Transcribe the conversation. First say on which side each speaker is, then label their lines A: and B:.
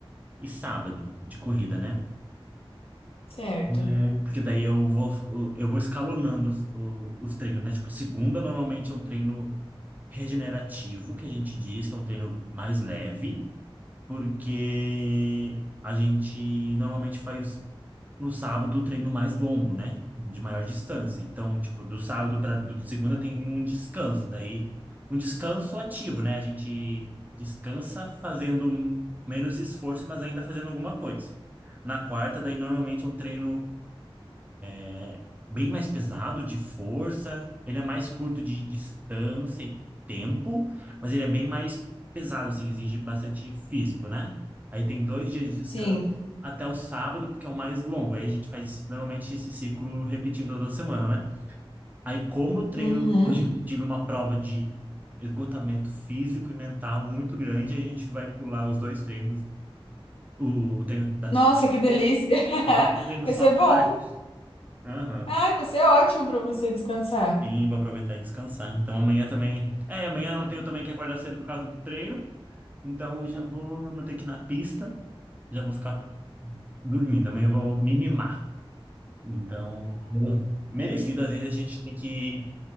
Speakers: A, on the right (about 15°); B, on the left (about 75°).
A: e sábado de corrida, né?
B: Certo.
A: É, porque daí eu vou, eu vou escalonando os, o- os treinos, né? Tipo, segunda normalmente é um treino regenerativo, que a gente diz, que é um treino mais leve. porque a gente normalmente faz no sábado o treino mais longo, né? De maior distância. Então, tipo, do sábado para segunda tem um descanso, daí um descanso ativo, né? A gente descansa fazendo menos esforço, mas ainda fazendo alguma coisa. Na quarta, daí normalmente é um treino é bem mais pesado de força, ele é mais curto de distância e tempo, mas ele é bem mais pesado, assim, exige bastante físico, né? Aí tem dois dias de descanso
B: Sim.
A: até o sábado, porque é o mais longo. Aí a gente faz normalmente esse ciclo repetindo toda semana, né? Aí, como eu treino,
B: Uhum.
A: hoje eu tive uma prova de esgotamento físico e mental muito grande, a gente vai pular os dois treinos, o, treino da
B: Nossa,
A: segunda,
B: que delícia! <laughs>
A: e vai ter treino
B: Vai
A: só
B: ser bom.
A: quarta. Aham.
B: Ai, vai ser ótimo pra você descansar.
A: Sim, vou aproveitar e descansar. Então amanhã também. É, amanhã eu não tenho também que acordar cedo por causa do treino. Então eu já vou não ter que ir na pista. Já vou ficar dormindo. Amanhã eu vou me mimar. Então, eu- merecido. Às vezes a gente tem que.